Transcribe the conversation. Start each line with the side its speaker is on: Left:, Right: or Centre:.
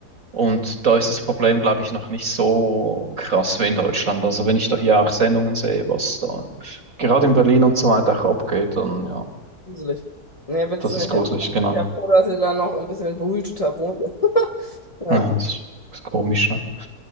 Right: und da ist das Problem, glaube ich, noch nicht so krass wie in Deutschland. Also wenn ich da hier auch Sendungen sehe, was da gerade in Berlin und so weiter auch abgeht, dann ja,
Left: gruselig. Nee, willst
Right: das
Left: du nicht
Right: ist gruselig,
Left: hin. Ich
Right: genau.
Left: bin ja froh, dass ihr da noch ein bisschen behüteter wohnt. <laughs> Ja.
Right: Ja, das ist, das ist komisch, ne?